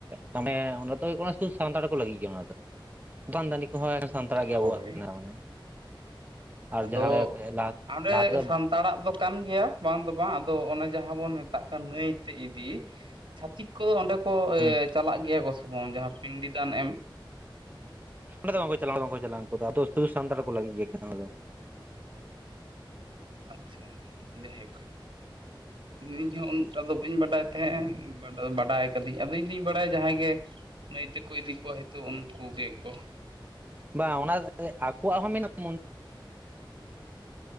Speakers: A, on the right; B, on the right.
A: ᱫᱚ, ᱢᱟᱱᱮ, ᱚᱰᱮ ᱫᱚ ᱦᱩᱭᱩᱜ ᱠᱟᱱᱟ ᱥᱟᱱᱛᱟᱲ ᱠᱚ ᱞᱟᱹᱜᱤᱫ ᱜᱮ ᱚᱱᱟ ᱫᱚ᱾ ᱫᱟᱱ-ᱫᱟᱱᱤᱼᱼ ᱦᱳᱭ, ᱥᱟᱱᱛᱟᱲᱟᱜ ᱜᱮ ᱟᱵᱚᱣᱟᱜ
B: ᱦᱳᱭ
A: ᱠᱟᱱᱟ ᱢᱟᱱᱮ, ᱟᱨ
B: ᱟᱫᱚ
A: ᱡᱟᱦᱟᱸ ᱞᱟᱦᱟ
B: ᱚᱸᱰᱮ
A: ᱞᱟᱦᱟ ᱛᱮᱫᱚ
B: ᱥᱟᱱᱛᱟᱲᱟᱜ ᱫᱚᱼᱼ ᱠᱟᱱ ᱜᱮᱭᱟ ᱵᱟᱝ ᱫᱚ ᱵᱟᱝ ᱟᱫᱚ ᱚᱱᱮ ᱡᱟᱦᱟᱸ ᱵᱚᱱ ᱢᱮᱛᱟᱜ ᱠᱟᱱ ᱱᱟᱹᱭ ᱛᱮ ᱤᱫᱤᱼᱼ ᱪᱷᱟᱛᱤᱠ ᱠᱚ ᱚᱸᱰᱮ ᱠᱚ
A: ᱦᱩᱸ
B: ᱪᱟᱞᱟᱜ ᱜᱮᱭᱟ ᱠᱚ ᱥᱮ ᱵᱟᱝ? ᱡᱟᱦᱟᱸ ᱯᱤᱱᱰᱤ ᱫᱟᱱ ᱮᱢ,
A: ᱚᱸᱰᱮ ᱫᱚ ᱵᱟᱝ ᱠᱚ ᱪᱞᱟᱜ-ᱟ ᱵᱟᱝᱠᱚ ᱪᱟᱟᱜ-ᱟ ᱩᱱᱠᱩ ᱟᱫᱚ, ᱥᱩᱫᱩ ᱥᱟᱱᱛᱟᱲ ᱠᱚ ᱞᱟᱹᱜᱤᱫ ᱜᱮ ᱠᱟᱱᱟ ᱚᱱᱟ ᱫᱚ᱾
B: ᱟᱪᱪᱷᱟ ᱡᱟᱭ ᱦᱳᱠ,
A: <inaudible>
B: ᱤᱧᱦᱚᱸ ᱩᱱᱟᱹᱜ ᱴᱟ ᱫᱚ ᱵᱟᱹᱧ ᱵᱟᱰᱟᱭ ᱛᱟᱦᱮᱸᱜ-ᱟ, ᱵᱟᱰᱟᱭ ᱠᱟᱹᱫᱟᱹᱧ ᱟᱫᱚ ᱤᱧ ᱫᱤᱧ ᱵᱟᱲᱟᱭᱟ ᱡᱟᱦᱟᱸᱭ ᱜᱮᱼᱼ ᱱᱟᱹᱭ ᱛᱮᱠᱚ ᱤᱫᱤ ᱠᱚᱣᱟ ᱦᱚᱭᱛᱳ ᱩᱱᱠᱩ ᱜᱮᱠᱚᱼᱼ
A: ᱵᱟᱝ ᱚᱱᱟ ᱫᱮ <unintelligible> ᱟᱠᱚᱣᱟᱜ ᱦᱚᱸ ᱢᱮᱱᱟᱜ-ᱟ